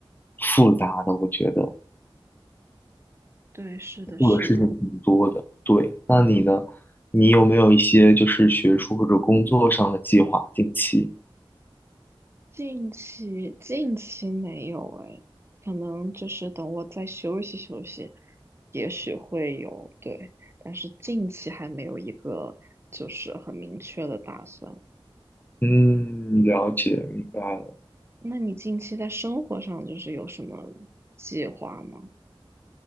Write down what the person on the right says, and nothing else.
对，是的，
是的。
近期近期没有哎，可能就是等我再休息休息，也许会有，对，但是近期还没有一个就是很明确的打算。
那你近期在生活上就是有什么计划吗？